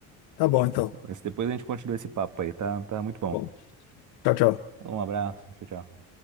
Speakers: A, on the left; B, on the right.
A: Tá bom, então.
B: mas depois a gente continua esse papo aí, tá? Tá muito bom.
A: Bom, tchau, tchau.
B: Um abraço, tchau, tchau.